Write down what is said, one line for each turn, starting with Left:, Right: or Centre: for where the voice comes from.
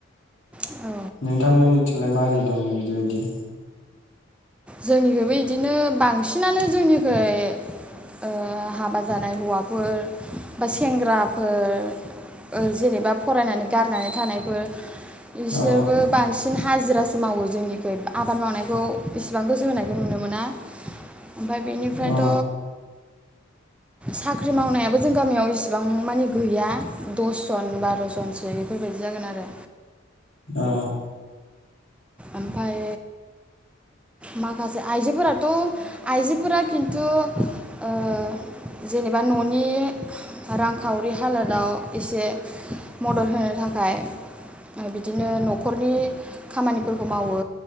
Centre: औ
Left: नोंथांमोननि थिंलाय मा रै दं बिदि बायदि
Centre: जोंनिखैबो इदिनो बांसिनानो जोंनिखै ओ हाबा जानाय हौवाफोर बा सेंग्राफोर ओ जेनेबा फरायनानै गारनानै थानायफोर इसोरबो
Left: औ
Centre: बांसिन हाजिरासो मावो जोंनिखै आबाद मावनायखौ एसिबां गोसो होनायखौ नुनो मोना ओमफाय बेनिफ्रायथ'
Left: औ
Centre: साख्रि मावनायाबो जों गामियाव इसिबां मानि गैया दसजन बार'जनसो एफोरबायदि जागोन आरो
Left: औ
Centre: आमफाय माखासे आइजोफोराथ' आइजोफोरा खिन्थु ओ जेनेबा न'नि रांखावरि हालोदाव एसे मदद होनो थाखाय ओ बिदिनो न'खरनि खामानिफोर खौ मावो